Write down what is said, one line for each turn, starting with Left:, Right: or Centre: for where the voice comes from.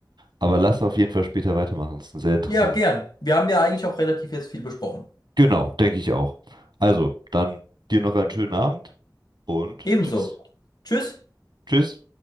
Right: Aber lass auf jeden Fall später weitermachen. Das ist ein sehr interessantes.
Left: Ja, gern. Wir haben ja eigentlich auch relativ jetzt viel besprochen.
Right: Genau, denke ich auch. Also, dann dir noch einen schönen Abend und
Left: Ebenso.
Right: tschüss.
Left: Tschüss.
Right: Tschüss.